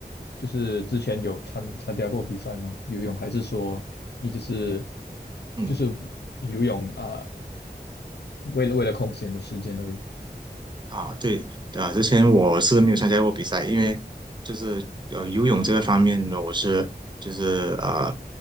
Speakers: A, on the left; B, on the right.
A: 就是之前有参参加过比赛吗？游泳还是说你只是
B: 嗯。
A: 就是游泳啊、为了为了空闲的时间而已？
B: 啊，对啊，之前我是没有参加过比赛，因为就是呃游泳这个方面呢，我是就是呃